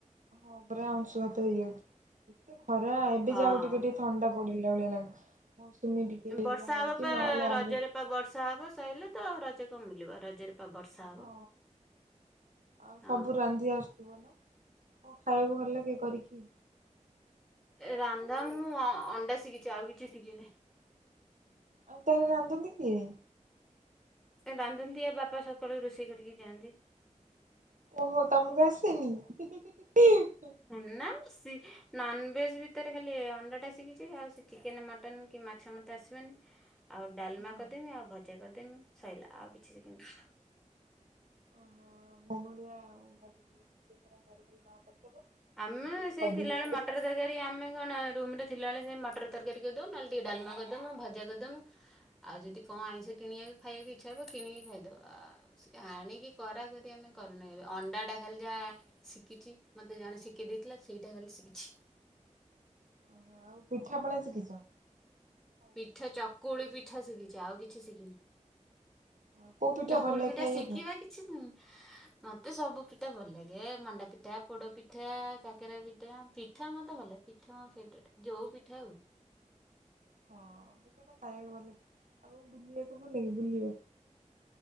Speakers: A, on the right; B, in the centre.
A: ହଁ, ପରା ଅଂଶୁଘାତ ହେଇଯାଉଛି। ଏତେ ଖରା ଏବେ
B: ହଁ।
A: ଯାହାହେଉ ଟିକେ ଟିକେ ଥଣ୍ଡା ପଡିିଲା ଭଳିଆ ଲାଗୁଛି। ମୌସୁମୀ ଟିକେ
B: ବର୍ଷା
A: ଯାହା
B: ହବ
A: ଆଉଛି
B: ପା
A: ନହେଲେ ଆଗକୁ
B: ରଜରେ ବର୍ଷା ହବ ସଇଲା ତ ରଜ କଣ ମିଳିବ ରଜରେ ପା ବର୍ଷା। ହବ।
A: ହଁ ଆଉ
B: ହଁ
A: ସବୁ ରାନ୍ଧି ଆସ୍ କୁହ ନା? କଣ ଖାଇବାକୁ ଭଲ ଲାଗେ କରିକି?
B: ଏ ରାନ୍ଧା ମୁଁ ଅ-ଅଣ୍ଡା ଶିଖିଚି ଆଉ କିଛି ଶିଖିିନି।
A: ଆଉ ତାହେଲେ ରାନ୍ଧନ୍ତି କିଏ?
B: ଏ ରାନ୍ଧନ୍ତି ଆ ବାପା ସକାଳୁ ରୋଷେଇ କରିକି ଯାଆନ୍ତି।
A: ଓହୋ ତମୁକୁ ଆସେନି, ହିଁ ହିଁ ହିଁ ହିଁ ହିଁ
B: ଉଁ ନାମ ସି ନନଭେଜ୍ ଭିତେରେ ଖାଲି ଏ ଅଣ୍ଡାଟା ଶିଖିଚି ଆଉ ସେ ଚିକେନ, ମଟନ୍ କି ମାଛ ମତେ ଆସିବନି। ଆଉ ଡାଲମା
A: ହଁ
B: କରିଦେମି ଆଉ ଭଜା କରିଦେମି ସଇଲା ଆଉ କିଛି ଶିଖିନି।
A: ଓହୋ ମୋ ଭଳିଆ ଆଉ <unintelligible> କରିଦବ।
B: ଆମେ
A: ମୁଁ ଖାଲି
B: ସେଇ
A: ଖାଇଦେବି
B: ଥିଲାବେଳେ
A: ସଇଲା।
B: ମଟର ତରକାରୀ ଆମେ କଣ ରୁମ୍ ରେ ଥିଲାବେଳେ ସେ ମଟର ତରକାରୀ କରିଦଉ ନହେଲେ ଟିକେ ଡାଲମା କରିଦମୁ ଭଜା କରିଦମୁ ଆଉ ଯଦି କଣ ଆଇଁଷ କିଣିଆକୁ ଖାଇଆକୁ ଇଚ୍ଛା ହବ କିଣିକି ଖାଇଦଉ ଆ ଏ ଆଣିକି କରା କରି ଆମେ କରୁନାଇଁ ଏବେ ଅଣ୍ଡା ଟା ଖାଲି ଯା ଶିଖିଚି ମ ତେ ଜଣେ ଶିଖେଇ ଦେଇଥିଲା ସେଇଟା ଖାଲି ଶିଖିଚି।
A: ଓହୋ ଆଉ ପିଠାପଣା ଶିଖିଚ?
B: ପିଠା ଚକୁଳି ପିଠା ଶିଖିଚି ଆଉ କିଛି ଶିଖିନି।
A: ଲାଗେ? କୋଉ
B: ଚକୁଳି
A: ଭଲ ଲାଗେ
B: ପିଠା
A: ଖାଇବାକୁ?
B: ଶିକିବା କିଛି ଉଁ ମତେ ସବୁ ପିଠା ଭଲ ଲାଗେ ଏ ମଣ୍ଡା ପିଠା, ପୋଡ ପିଠା, କାକେରା ପିଠା, ପିଠା ମତେ ଭଲ ଲାଗେ। ପିଠା ମୋ ଫେଭେରେଟ୍ ଯୋଉ ପିଠା ହଉ।
A: ହଁ ପିଠାଟା ଖାଇଆକୁ ଭଲଲାଗେ ଆଉ ବୁଲିଆକୁ ଭଲଲାଗେ ବୁଲିବା?